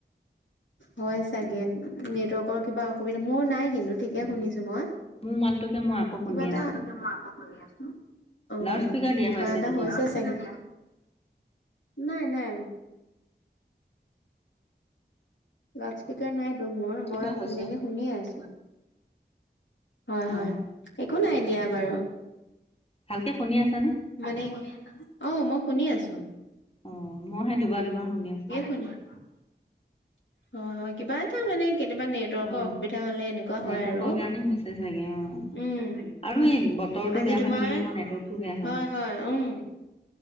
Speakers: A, on the left; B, on the left.
A: হয় চাগে নেটৱৰ্কৰ কিবা অসুবিধা মোৰ নাই কিন্তু। ঠিকে
B: উম
A: শুনিছো মই,
B: মোৰ মাতটোকে মই আকৌ শুনি
A: কিবা এটা
B: আছো
A: মই আকৌ শুনি আছো অ'
B: লাউড স্পীকাৰ দিয়া
A: কিবা
B: হৈ আছে
A: এটা
B: নেকি
A: হৈছে
B: আকৌ
A: চাগে, নাই নাই। লাউড স্পীকাৰ নাইতো মোৰ
B: কিবা
A: মই
B: হৈছে
A: ধুনীয়াকে শুনিয়ে আছোঁ। হয়
B: অ
A: হয় একো নাই দিয়া বাৰু।
B: ভালকে শুনি আছানে।
A: মানে অ' মই শুনি আছোঁ।
B: অ' মইহে দুবাৰ দুবাৰ শুনি আছোঁ।
A: <inaudible> হয় হয় কিবা এটা মানে কেতিয়াবা নেট নেটৱৰ্কৰ
B: অ
A: অসুবিধা হলে এনেকুৱা
B: নেটৱৰ্কৰ
A: হয় আৰু,
B: কাৰণে হৈছে চাগে অ
A: উম!
B: আৰু এই বতৰটো
A: আজি
B: বেয়া
A: তোমাৰ
B: হৈ থাকিলে আকৌ নেটৱৰ্কটো বেয়া
A: হয় হয় উম!